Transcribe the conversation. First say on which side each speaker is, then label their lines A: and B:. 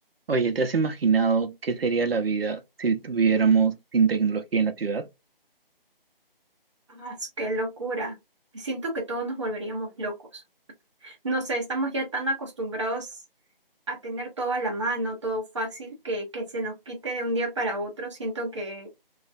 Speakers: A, on the right (about 80°); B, on the right (about 30°).
A: Oye, ¿te has imaginado qué sería la vida si tuviéramos sin tecnología en la ciudad?
B: Ah, es- qué locura. Siento que todos nos volveríamos locos. No sé, estamos ya tan acostumbrados a tener todo a la mano, todo fácil, que, que se nos quite de un día para otro. Siento que